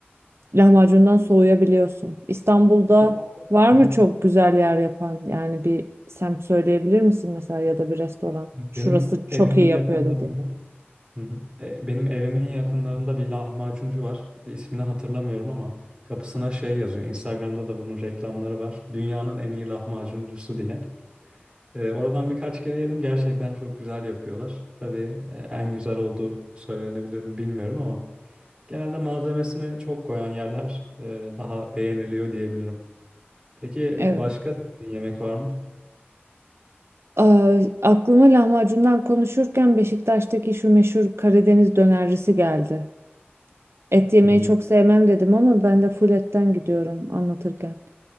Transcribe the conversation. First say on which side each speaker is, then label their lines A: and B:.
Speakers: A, on the right (about 80°); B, on the right (about 25°).
A: lahmacundan soğuyabiliyorsun. İstanbul'da
B: <laughs>
A: var
B: Hı
A: mı
B: hı.
A: çok güzel yer yapan? Yani bir semt söyleyebilir misin mesela ya da bir restoran?
B: Benim
A: Şurası çok
B: evimin
A: iyi yapıyor
B: yakınlarında
A: dedi.
B: Hı hı. E, benim evimin yakınlarında bir lahmacuncu var. İsmini hatırlamıyorum ama kapısına şey yazıyor. Instagram'da da bunun reklamları var. Dünyanın en iyi lahmacuncusu diye. Ee, oradan birkaç kere yedim. Gerçekten çok güzel yapıyorlar. Tabii e, en güzel olduğu söylenebilir mi bilmiyorum ama genelde malzemesini çok koyan yerler e, daha beğeniliyor diyebilirim. Peki
A: Evet.
B: başka sevdiğin yemek var mı?
A: Aa, aklıma lahmacundan konuşurken Beşiktaş'taki şu meşhur Karadeniz dönercisi geldi. Et yemeyi
B: Hmm,
A: çok sevmem dedim ama ben de full etten gidiyorum anlatırken.